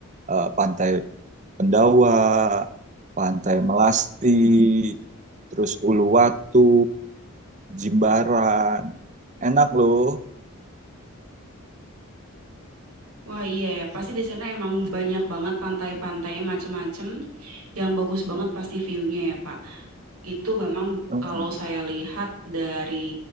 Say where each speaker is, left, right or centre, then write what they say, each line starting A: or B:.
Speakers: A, on the right; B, on the right.
A: eh, Pantai Pendawa, Pantai Melasti, terus Uluwatu, Jimbaran. Enak loh.
B: Wah, iya ya, pasti di sana emang banyak banget pantai-pantainya macem-macem, yang bagus banget
A: Mm,
B: pasti view-nya ya, Pak. Itu memang
A: mm,
B: kalau saya lihat dari